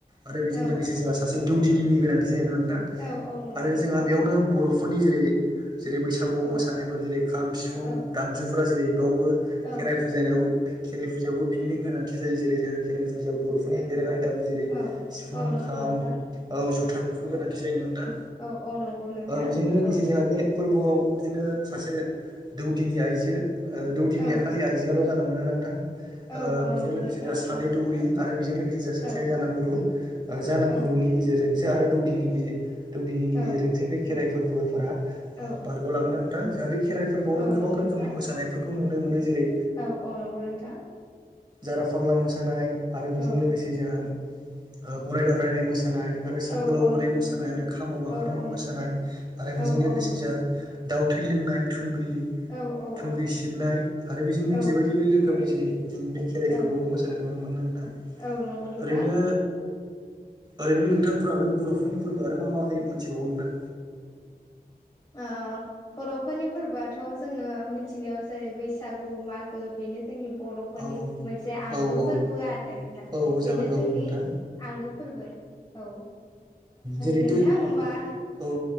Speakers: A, on the right; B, on the left.
A: आरो बेजों
B: औ
A: लोगोसे जोंहा सासे दौदिनिनि गोनांथि जाहैगोनना नोंथां
B: औ औ नंगौ
A: आरो
B: नोंथां
A: जोंहा बेयावनो बर'फोरनि जेरै जेरै बैसागुआव
B: औ
A: मोसानायफोर जेरै खाम सिफुं
B: औ
A: दामजुफोरा जेरै बावबो
B: औ
A: खेराइ फुजनायाव खेराइ फुजायावबो बिनिनो गोनांथि जायो जेरै जों खेराइ फुजायाव बर'फोरनि दोरोङारि दामि जेरै
B: औ
A: सिफुं
B: औ नंगौ
A: खाम
B: नोंथां
A: औ जथा बेफोर गोनांथि जायो ना नोंथां
B: औ औ नंगौ नोंथां
A: बेजोंनो लोगोसे
B: औ
A: जोंहा बे फोरबोआव बिदिनो सासे दौदिनि आइजो दौदिनिया
B: औ
A: खालि आइजोआल' जानो मोनो नोंथां । ओ
B: औ औ
A: बेजों
B: नंगौ
A: लोगोसे
B: नोंथां
A: जोंहा सानै दौरि आरो बेजों लोगोसे गेजेर सासे
B: औ
A: जानागुरु। जाना
B: औ
A: गुरुनि गेजेरजोंसो आरो दौदिनि दौदिनि
B: औ
A: गेजेरजोंसो बे खेराइ फोर्बोफोरा
B: औ
A: बारग' लाङो नोंथां। जोंहा बे खेराइ फोर्बोआवनो
B: औ
A: गोबां
B: नंगौ नोंथां
A: रोखोमनि मोसानायफोरखौ नुनो मोनो जेरै
B: औ औ नंगौ नोंथां
A: जारा फाग्ला मोसानाय आरो बेजों
B: औ
A: लोगोसे जोंहा गराय दाब्रायनाय मोसानाय मोसानाय आरो सागोलाव
B: औ औ
A: बोनाय
B: नंगौ
A: मोसानाय आरो खामाव गाखोनानै
B: औ औ नंगौ
A: मोसानाय आरो
B: औ
A: बेजों लोगोसे
B: औ नंगौ
A: जों दाउथै लोंनाय थुंग्रि,
B: औ औ
A: थुंग्रि सिबनाय आरो बेजों लोगोसे
B: औ
A: बायदि बायदि रोखोम खोमनि जेरै जों बे खेराइ
B: औ
A: फोरबोआवबो मोसानाय नुनो मोनो नोंथां।
B: औ नंगौ नोंथां
A: ओरैनो ओरैनो नोंथांफोरा बे बर'फोरनि फोर्बो आरो मा मायै मोनथिबावो नोंथां।
B: <unintelligible> <inaudible> ओ बर'फोरनि फोर्बोआथ' जोङो मिथिनायाव जेरै बैसाग गो मागो बेनो जोंनि बर'फोरनि
A: औ औ
B: मोनसे आंगो
A: औ
B: फोर्बो आरो नोंथां।
A: औ औ
B: बेनो
A: जाबाय औ
B: जोंनि
A: नोंथां
B: आंगो फोर्बो। औ ओ
A: जेरै
B: नोंथां
A: दो
B: होमबा
A: औ